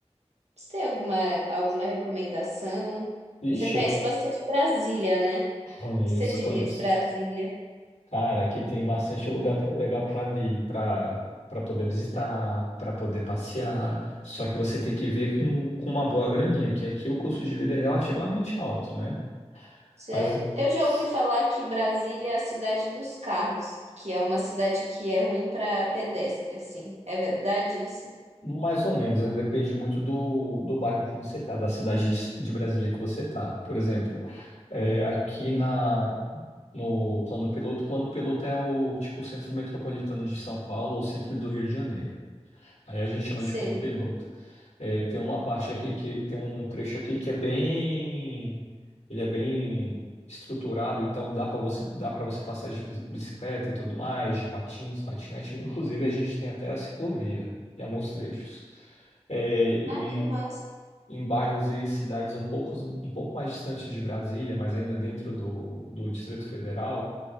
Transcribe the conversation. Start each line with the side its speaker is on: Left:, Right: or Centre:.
Right: você tem alguma alguma recomendação?
Left: ixi,
Right: Você conhece
Left: eu
Right: bastante Brasília, né?
Left: conheço,
Right: O que você diria
Left: conheço.
Right: de Brasília?
Left: Cara, aqui tem bastante lugar pra, legal para vir, para para poder visitar, para poder passear. Só que você tem que ver com, com uma boa graninha, que aqui o custo de vida é relativamente alto, né?
Right: Sério?
Left: Mas
Right: Eu já
Left: s-
Right: ouvi falar que Brasília é a cidade dos carros, que é uma cidade que é ruim para pedestre, assim. É verdade isso?
Left: mais ou menos, eh, depende muito do, do bairro que você tá, da cidade de, de Brasília que você tá. Por exemplo, eh, aqui na No plano piloto, o plano piloto é o tipo o centro metropolitano de São Paulo ou o centro do Rio de Janeiro. Aí a gente chama
Right: Sim.
Left: de plano piloto. É, tem uma parte aqui que tem um trecho aqui que é bem, ele é bem estruturado, então dá para você dá para você passear de bicicleta e tudo mais, de patins, patinete. Inclusive a gente tem até a ciclovia em alguns trechos. É, e
Right: Ah, que massa.
Left: em, em bairros e cidades um pouco, um pouco mais distantes de Brasília, mas ainda dentro do, do Distrito Federal